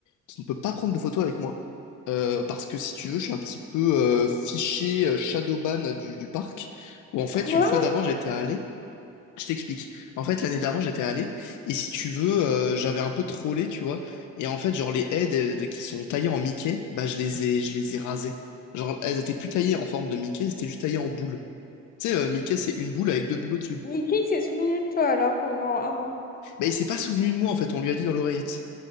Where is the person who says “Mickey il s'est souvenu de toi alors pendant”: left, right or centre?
Left